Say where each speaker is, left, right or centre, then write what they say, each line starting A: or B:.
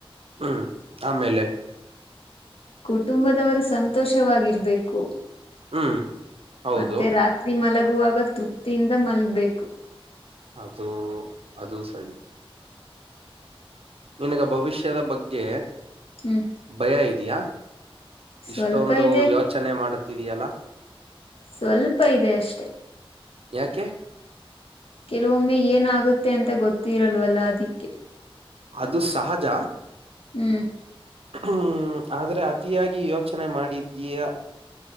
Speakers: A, on the right; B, on the left.
A: ಹ್ಮ್ ಆಮೇಲೆ.
B: ಕುಟುಂಬದವರು ಸಂತೋಷವಾಗಿರ್ಬೇಕು.
A: ಹ್ಮ್ ಹೌದು
B: ಮತ್ತೆ ರಾತ್ರಿ ಮಲಗುವಾಗ ತೃಪ್ತಿಯಿಂದ ಮಲಗ್ಬೇಕು.
A: ಅದು ಅದು ಸರಿ. ನಿನಗ ಭವಿಷ್ಯದ ಬಗ್ಗೆ.
B: ಹ್ಮ್.
A: ಭಯ ಇದಯಾ
B: ಸ್ವಲ್ಪ
A: ಇಷ್ಟೊಂದು
B: ಇದೆ
A: ಯೋಚನೆ ಮಾಡುತ್ತಿದಿಯಲ್ಲ.
B: ಸ್ವಲ್ಪ ಇದೆ ಅಷ್ಟೆ.
A: ಯಾಕೆ.
B: ಕೆಲವೊಮ್ಮೆ ಏನ ಆಗುತ್ತೆ ಅಂತ ಗೊತ್ತಿರಲ್ವಲ್ಲ ಅದಿಕ್ಕೆ.
A: ಅದು ಸಹಜ
B: ಹ್ಮ್
A: ಹ್ಮ್ ಆದ್ರೆ ಅತಿಯಾಗಿ ಯೋಚನೆ ಮಾಡಿದ್ದೀಯಾ